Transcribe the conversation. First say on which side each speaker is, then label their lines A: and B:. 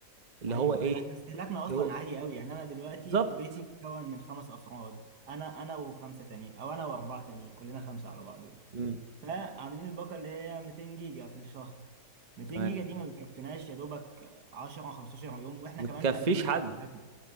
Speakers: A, on the right; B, on the right.
A: اللي
B: ايوه
A: هو ايه
B: ايوه احنا استهلاكنا اصلا
A: اللي هو
B: عالي قوي يعني انا دلوقتي
A: بالظبط
B: بيتي مكون من خمس افراد انا انا وخمسه تانيين او انا واربعه تانيين كلنا خمسه على بعضين
A: امم
B: فعاملين الباقه اللي هي 200 جيجا في الشهر 200
A: تمام
B: جيجا دي ما بتكفيناش يا دوبك 10 15 يوم واحنا
A: متكفيش
B: كمان مقللين
A: حد
B: استهلاكنا